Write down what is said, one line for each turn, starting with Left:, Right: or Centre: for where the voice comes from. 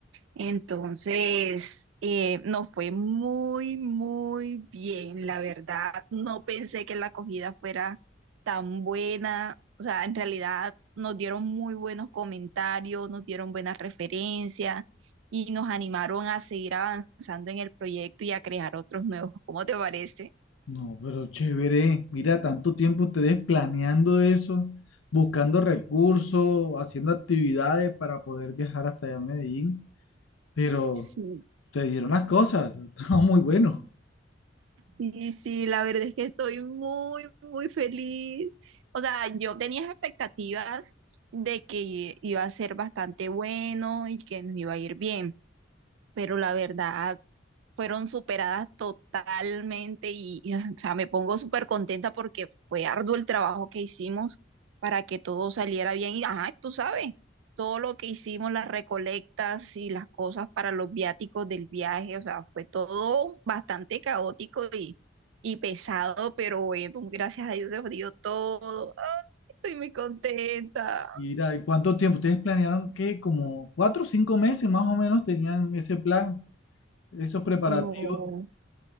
Right: Entonces, eh, nos fue muy, muy bien, la verdad. No pensé que la acogida fuera tan buena. O sea, en realidad nos dieron muy buenos comentarios, nos dieron buenas referencias y nos animaron a seguir avanzando en el proyecto y a crear otros nuevos. ¿Cómo te parece?
Left: No, pero chévere. Mira, tanto tiempo ustedes planeando eso, buscando recursos, haciendo actividades para poder viajar hasta allá a Medellín. Pero
Right: Sí.
Left: te dieron las cosas. <laughs> Estaba muy bueno.
Right: Sí, sí, la verdad es que estoy muy, muy feliz. O sea, yo tenía expectativas de que iba a ser bastante bueno y que nos iba a ir bien, pero la verdad fueron superadas totalmente y, y, o sea, me pongo súper contenta porque fue arduo el trabajo que hicimos para que todo saliera bien y, ajá, tú sabes, todo lo que hicimos, las recolectas y las cosas para los viáticos del viaje, o sea, fue todo bastante caótico y, y pesado, pero bueno, gracias a Dios se dio todo. Ay, estoy muy contenta.
Left: Mira, ¿y cuánto tiempo? ¿Ustedes planearon qué? Como cuatro o cinco meses más o menos tenían ese plan. esos preparativos
Right: No,